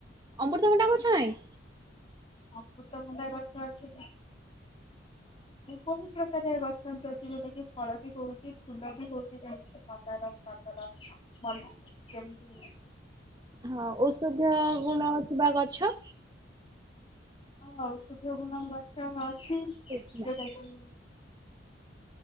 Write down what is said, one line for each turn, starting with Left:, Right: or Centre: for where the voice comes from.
Right: ଅମୃତଭଣ୍ଡା ଗଛ ନାଇଁ?
Left: ଅମୃତଭଣ୍ଡା ଗଛ ଅଛି। ବହୁତ ପ୍ରକାର ଗଛ ଅଛି, ଯୋଉଟା କି ଫଳ ବି ହଉଛି ଫୁଲ ବି ହଉଛି ଯେମିତିକି ମନ୍ଦାର। ଟଗର, ମଲ୍ଲୀ, ଗେଣ୍ଡୁ
Right: ହଁ ଔଷଧୀୟ ଗୁଣ ଥିବା ଗଛ
Left: ହଁ ଔଷଧୀୟ ଗୁଣର ଗଛ ଅଛି ଯୋଉଟାକି
Right: ନା